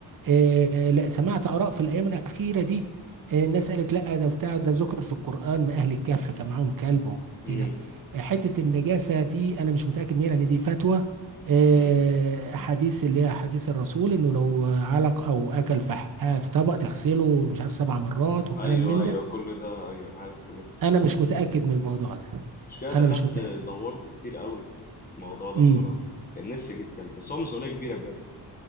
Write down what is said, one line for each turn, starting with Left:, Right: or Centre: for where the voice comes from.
Right: آه، لا سمعت آراء في الأيام الأخيرة دي آه، الناس قالت لا ده بتاع ده ذكر في القرآن ما أهل الكهف كان معاهم كلب وكده
Left: امم
Right: آه، حتة النجاسة دي أنا مش متأكد منها لأن دي فتوى آه،
Left: امم
Right: حديث اللي هي حديث الرسول إنه لو علق أو أكل فحاء في طبق تغسله مش عارف سبع مرات وكلام
Left: ايوه
Right: من
Left: ايوه
Right: ده
Left: كل ده ايوه انا عارف كل القصص
Right: أنا مش
Left: دي
Right: متأكد من الموضوع ده
Left: مش كده دخلت
Right: أنا مش متأكد
Left: دورت كتير قوي في الموضوع ده
Right: امم
Left: بصراحة كان نفسي أجيب كلب بس هو مسؤولية كبيرة بجد